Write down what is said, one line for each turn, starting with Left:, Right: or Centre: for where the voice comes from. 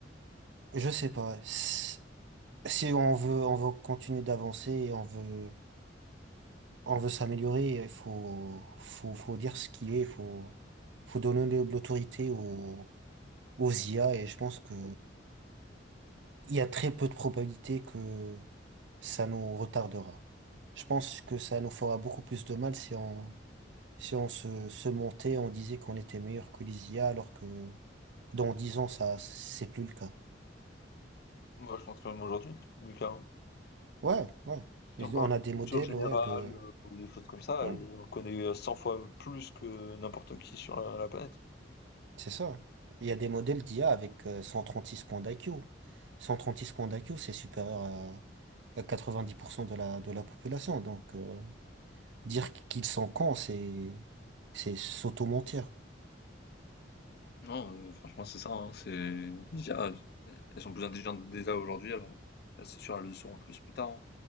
Right: je sais pas, si si on veut, on veut continuer d'avancer et on veut, on veut s'améliorer, il faut, faut, faut dire ce qu'il est, il faut, faut donner de l'autorité aux, aux IA et je pense que il y a très peu de probabilités que ça nous retardera. Je pense que ça nous fera beaucoup plus de mal si on, si on se, se montait, on disait qu'on était meilleur que les IA alors que Dans 10 ans, ça, c'est plus le cas.
Left: Moi, je pense que même aujourd'hui, c'est plus le cas, hein.
Right: Ouais, ouais.
Left: Si
Right: Mais
Left: on parle
Right: On a des
Left: de
Right: modèles,
Left: culture générale
Right: ouais, de.
Left: euh, ou des choses comme ça,
Right: Ouais,
Left: on connaît euh, 100 fois plus que n'importe qui sur la, la planète.
Right: c'est ça. Il y a des modèles d'IA avec euh, 136 points d'IQ. 136 points d'IQ, c'est supérieur à, à 90% de la, de la population. Donc, euh, dire qu'ils sont cons, c'est, c'est s'auto-mentir.
Left: Non, euh, franchement, c'est ça, hein, c'est, les IA, elles sont plus intelligentes déjà aujourd'hui, alors, elles, c'est sûr, elles le seront plus plus tard, hein.